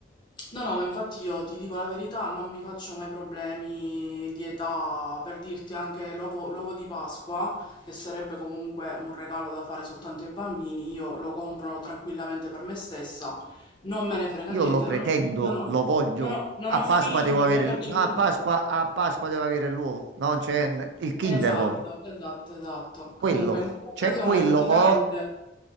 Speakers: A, on the left; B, on the right.
A: No, no, ma infatti io ti dico la verità, non mi faccio mai problemi di età, per dirti anche l'ovo, l'ovo di Pasqua, che sarebbe comunque un regalo da fare soltanto ai bambini, io lo compro tranquillamente per me stessa, non me ne frega
B: Io
A: niente,
B: lo pretendo,
A: non ho, non ho-
B: lo voglio.
A: non ho- non
B: A
A: ho
B: Pasqua
A: figli,
B: devo avere
A: lo faccio
B: l- no, a
A: per...
B: Pasqua, a Pasqua devo avere l'uovo. Non c'è il Kinder
A: Esatto,
B: poi.
A: esatto, esatto. Comunque
B: Quello.
A: in quell'occasione
B: C'è quello
A: praticamente...
B: o